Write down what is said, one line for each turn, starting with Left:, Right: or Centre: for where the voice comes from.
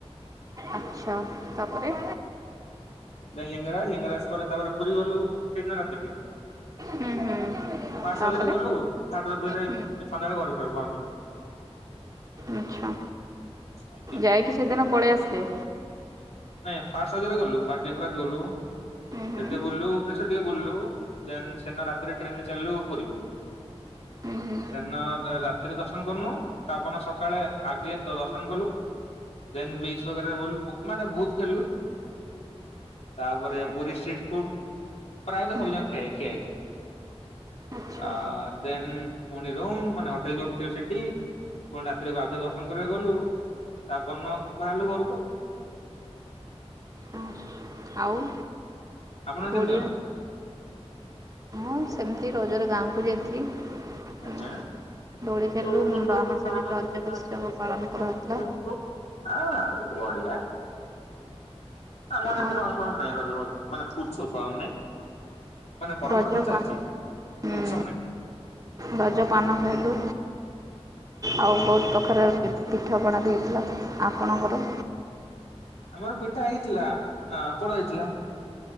Right: ଆଚ୍ଛା, ତାପରେ
Left: ଲିଙ୍ଗରାଜ ଲିଙ୍ଗରାଜ ପରେ ତାପରେ ପୁରୀ ଗଲୁ ସେଇଦିନ ରାତି ରେ।
Right: ହୁଁ ହୁଁ
Left: ଫାଷ୍ଟ
Right: ତାପରେ
Left: ରଜରେ ଗଲୁ ଥାର୍ଡ ରଜରେ
Right: ହୁଁ।
Left: ସନ୍ଧ୍ୟାବେଳେ ଘରେ ଫେର ପହଞ୍ଚିଲି।
Right: ଆଚ୍ଛା,
Left: ଆଜ୍ଞା
Right: ଯାଇକି ସେଦିନ ପଳେଇ ଆସିଲେ।
Left: ନାଇଁ ଫାଷ୍ଟ ରଜରେ ଗଲୁ, ଫାଷ୍ଟ ଲିଙ୍ଗରାଜ ଗଲୁ।
Right: ହୁଁ ହୁଁ
Left: ସେଟି ବୁଲୁ ଭୁବନେଶ୍ୱର ଟିକେ ବୁଲୁ ଦେନ ସେନ ରାତିରେ ଟ୍ରେନ ଚାଲିଲୁ ପୁରୀ।
Right: ଉଁ ହୁଁ।
Left: ସେନ ରାତିରେ ଦର୍ଶନ କନୁ ତାପନ ସକାଳେ ଆଗେ ଦର୍ଶନ କଲୁ। ଦେନ ବିଚ୍ ବଗେରାରେ ବୁଲ ମାନେ ବହୁତ ଖେଳିଲୁ। ତାପରେ
Right: ଆଚ୍ଛା।
Left: ପୁରୀ ଷ୍ଟ୍ରିଟ୍ ଫୁଡ୍ ପ୍ରାୟତଃ
Right: ହୁଁ
Left: ସବୁ ଯାଙ୍କ ଖିଆ ଖିଆ ହେଇଛି।
Right: ଆଚ୍ଛା
Left: ଆ ଦେନ ପୁଣି ରୁମ୍ ମାନେ ହୋଟେଲ ଯୋଉଠି ଥିଲୁ ସେଠି ପୁଣି ରାତିରେ ଆଉଥରେ ଦର୍ଶନ କରିବାକୁ ଗଲୁ ତା ପରଦିନ ବାହାରିଲୁ ଘରକୁ ଆଉ।
Right: ହଁ ଆଉ?
Left: ଆପଣଙ୍କର କେମିତି
Right: ଓଡ଼ିଆ
Left: ଗଲା?
Right: ହଁ ସେମିତି ରଜରେ ଗାଁ କୁ ଯାଇଥିଲି।
Left: ଆଜ୍ଞା।
Right: ଉଁ,
Left: <unintelligible>
Right: ଦୋଳି ଖେଳିଲୁ
Left: ହଁ
Right: ଉଁ, ର- ଆମର ସେଠି
Left: ବଢ଼ିଆ
Right: ରଜ ଉତ୍ସବ
Left: <unintelligible>
Right: ପାଳନ କରାହଉଥିଲା
Left: ନାଇଁ ରଜ ମଉଜ ମାନେ ଉତ୍ସବ ପାଳନ
Right: ଆଉ
Left: ନାଇଁ ମାନେ ପରମ୍ପରା ସବୁ ଚାଲିଛି।
Right: ରଜ ପା ହୁଁ
Left: କିନ୍ତୁ ଉତ୍ସବ ନାହିଁ।
Right: ରଜ ପାନ ଖାଇଲୁ ଆଉ ବହୁତ ପ୍ରକାରର ପି ପିଠାପଣା ବି ହେଇଥିଲା ଆପଣଙ୍କର?
Left: ଆମର ପିଠା ହେଇଥିଲା ଆ ପୋଡ ହେଇଥିଲା।